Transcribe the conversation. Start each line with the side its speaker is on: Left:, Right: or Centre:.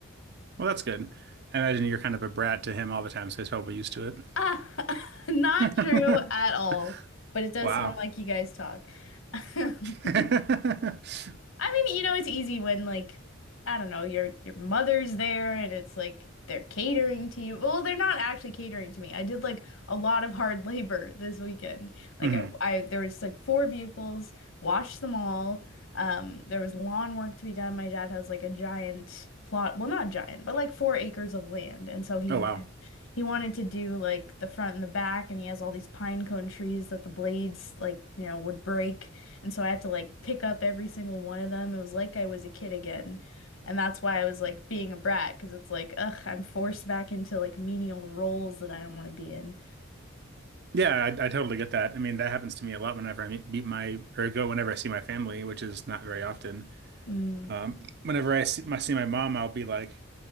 Right: Well, that's good. I imagine you're kind of a brat to him all the time, so he's probably used to it.
Left: ah, <laughs> not
Right: <laughs>
Left: true at all. But it does
Right: Wow.
Left: sound like you guys talk. <laughs>
Right: <laughs>
Left: I mean, you know, it's easy when like I don't know, your your mother's there and it's like they're catering to you. Well, they're not actually catering to me. I did like a lot of hard <laughs> labor this weekend. Like
Right: hmm
Left: I, I there was like four vehicles, washed them all. Um, there was lawn work to be done. My dad has like a giant plot, well, not giant, but like four acres of land, and so he
Right: Oh,
Left: wanted
Right: wow.
Left: he wanted to do like the front and the back, and he has all these pine cone trees that the blades like, you know, would break. And so I had to like pick up every single one of them. It was like I was a kid again. And that's why I was like being a brat, because it's like, ugh, I'm forced back into like menial roles that I don't want to be in.
Right: Yeah, I, I totally get that. I mean, that happens to me a lot whenever I meet, meet my or go whenever I see my family, which is not very often.
Left: Mm,
Right: Um, whenever I see my, see my mom, I'll be like,